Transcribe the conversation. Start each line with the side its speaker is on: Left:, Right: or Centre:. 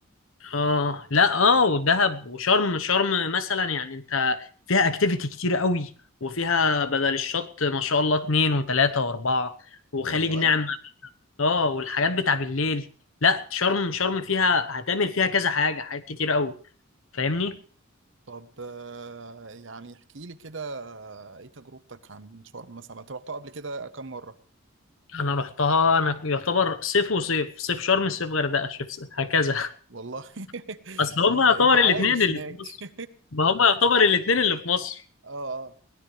Left: اه لا اه ودهب وشرم شرم مثلا يعني انت فيها اكتيفيتي كتير قوي وفيها بدل الشط ما شاء الله اتنين وتلاتة واربعة وخليج
Right: والله
Left: نعمة اه والحاجات بتاع بالليل لا شرم شرم فيها هتعمل فيها كذا حاجة حاجات كتير قوي فاهمني
Right: طب آه، يعني احكي لي كده آه، ايه تجربتك عن شرم مثلا انت رحتها قبل كده كم مرة
Left: انا رحتها انا يعتبر صيف وصيف صيف شرم صيف غردقة صيف صيف- هكذا
Right: والله
Left: <laughs>
Right: <laughs>
Left: اصل هما
Right: انت
Left: يعتبر
Right: انت عايش
Left: الاتنين اللي
Right: هناك
Left: في مصر
Right: <laughs>
Left: ما هما يعتبر الاتنين اللي في مصر
Right: اه اه